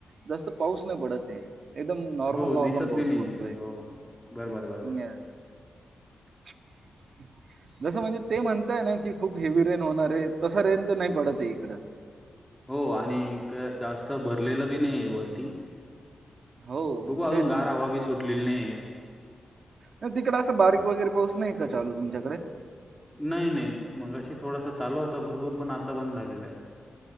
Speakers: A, on the right; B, in the centre.
A: जास्त पाऊस नाही पडते. एकदम नॉर्मल
B: हो
A: नॉर्मल
B: दिसत
A: पाऊस
B: बी नाहीये
A: पडतोय
B: ते हो बर बर बर बर.
A: न्या <inaudible> जसं म्हणजे ते म्हणतय ना की खूप हेवी रेन होणार आहे तसं रेन तर नाही पडते इकडं.
B: हो आणिक जास्त भरलेलं बी नइये वरती.
A: हो
B: बघू अजून
A: तेच
B: गार
A: ना
B: हवा बी सुटलेली नइये.
A: नाही तिकड असं बारीक वगैरे पाऊस नाही का चालू तुमच्याकडे?
B: नाही नाही मगाशी थोडासा चालू होता भरपूर पण आता बंद झालेला आहे.